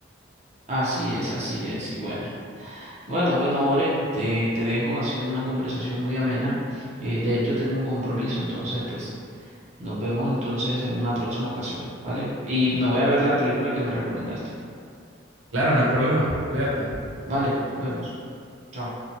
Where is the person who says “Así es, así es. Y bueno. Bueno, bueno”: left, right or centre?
Right